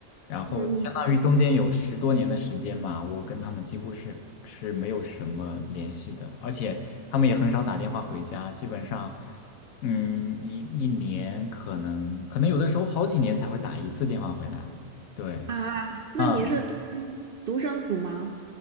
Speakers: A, on the left; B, on the right.
A: 然后相当于中间有十多年的时间嘛，
B: 嗯
A: 我跟他们几乎是是没有什么联系的，而且他们也很少打电话回家，基本上。嗯，一一年可能可能有的时候好几年才会打一次电话回来。对，
B: 啊，那你是独生独生子吗？
A: 啊，